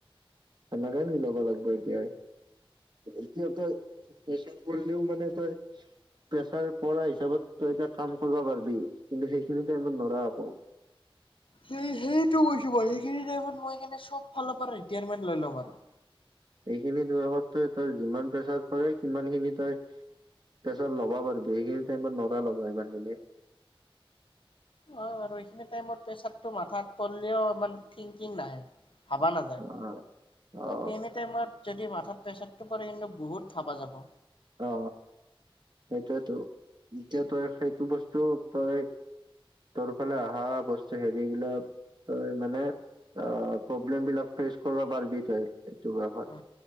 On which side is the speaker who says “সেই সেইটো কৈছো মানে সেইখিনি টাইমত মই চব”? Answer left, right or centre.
Left